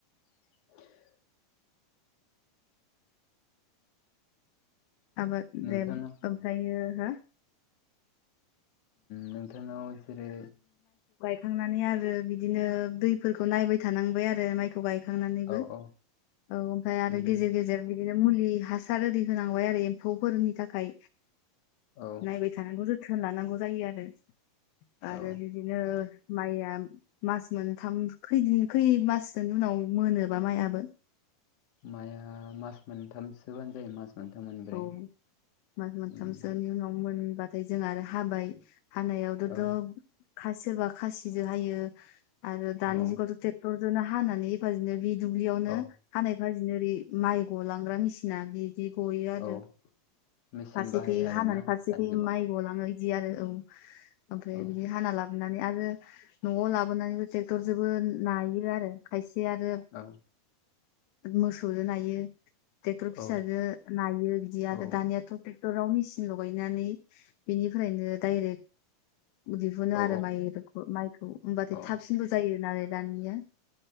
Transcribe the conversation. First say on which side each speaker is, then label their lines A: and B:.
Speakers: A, on the left (about 60°); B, on the left (about 85°).
A: <inaudible>
B: आबा
A: नोंथांनाव
B: दे ओमफ्रायो हो
A: नोंथांनाव सेरै
B: थखांनानै आरो बिदिनो दै फोरखौ नायबाय थानांबाय आरो माइखौ थ गायखांनानैबो
A: औ औ
B: औ ओमफ्राय आरो
A: उम
B: गेजेर गेजेर बिदि बिनो मुलि हासार रै होनांबाय आरो एम्फौफोरनि थाखाय
A: औ
B: नायबाय थानांगौ जोथोन लानांगौ जायो आरो आरो
A: औ
B: बिदिनो माइया मास मोनथाम खैदिन खै माससोनि उनाव मोनोबा माइयाबो
A: माइआ मास मोनथामसोबानो जायो मास मोनथाम मोनब्रै
B: औ मास मोनथामसोनि
A: उम
B: उनाव मोन हबाथाय जों आरो हाबाय हानायावथ'थ'
A: औ
B: खा सोरबा खासिजों हायो। आरो दानि
A: औ
B: जुगावथ' ट्रेक्टर जनो हानानै एफाजिनो बे दुब्लियावनो
A: औ
B: हानाय एफाजिनो माइ गलांग्रा मेसिना बिदि गयो आरो
A: औ मेचिन
B: फारसेखै
A: बाहायो आरोना
B: हानानै फारसेखै
A: दानि जुगाव
B: माइ गलाङो। बि आरो नंगौ ओमफ्राय
A: औ
B: बिदि हानाय लाबोना आरो न'आव लाबोनानैबो ट्रेक्टर जबो नायो आरो खायसे आरो
A: औ
B: मोसौजों नायो ट्रेक्टर फिसाजो
A: औ
B: नायो बिदि आरो
A: औ
B: दानियाथ' टेक्टराव मेसिन लगायनानै बेनिफ्रायनो डायरेक्ट दिहुनो
A: औ
B: आरो माइ माइखौ होनबाथाय
A: औ
B: थाबसिनबो जायो नालाय दानिया।